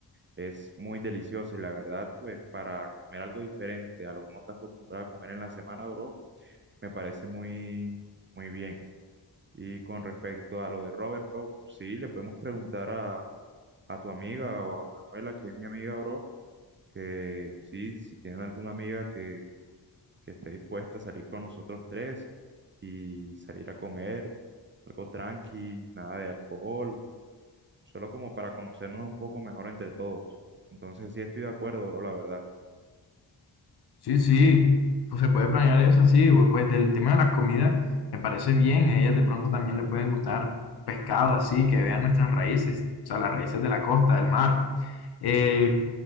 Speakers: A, on the right; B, on the left.
A: es muy deliciosa. Y la verdad, pues, para comer algo diferente a lo que uno está acostumbrado a comer en la semana, bro, me parece muy, muy bien. Y con respecto a lo de Robert, bro, sí, le podemos preguntar a, a tu amiga o a Manuela, que es mi amiga, bro que sí, si tienen alguna amiga que, que esté dispuesta a salir con nosotros tres y salir a comer, algo tranqui, nada de alcohol, solo como para conocernos un poco mejor entre todos. Entonces sí estoy de acuerdo, bro, la verdad.
B: Sí, sí, pues se puede planear eso, sí, bu- pues del tema de las comidas me parece bien, a ellas de pronto también le pueden gustar pescado así, que vean nuestras raíces, o sea, las raíces de la costa, del mar. Eh,